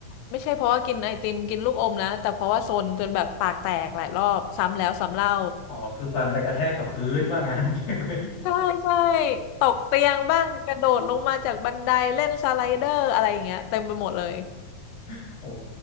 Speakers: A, on the left; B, on the left.
A: ไม่ใช่เพราะว่ากินไอติมกินลูกอมนะแต่เพราะว่าโซนจนแบบปากแตกหลายรอบซ้ำแล้วซ้ำเล่า
B: อ๋อคือฟันไปกระแทกกับพื้นว่างั้น <laughs> ใช่ไหม
A: <laughs> ใช่ใช่ตกเตียงบ้างกระโดดลงมาจากบันไดเล่นสไลเดอร์อะไรอย่างเงี้ยเต็มไปหมดเลย
B: <laughs> โอ้